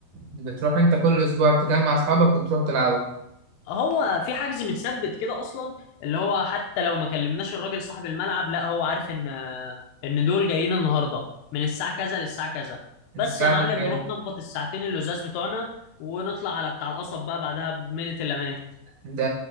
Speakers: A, on the right; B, on the left.
A: بتروح انت كل اسبوع تجمع اصحابك وتروح تلعبوا
B: هو في حجز متثبت كده اصلا اللي هو حتى لو ما كلمناش الراجل صاحب الملعب لا هو عارف ان ان دول جايين النهارده من الساعه كذا للساعه كذا
A: الساعة
B: بس يا معلم
A: دي بتاعت
B: نروح نخبط الساعتين اللزاز بتوعنا ونطلع على بتاع القصب بقى بعدها بمينت الا مينت
A: ده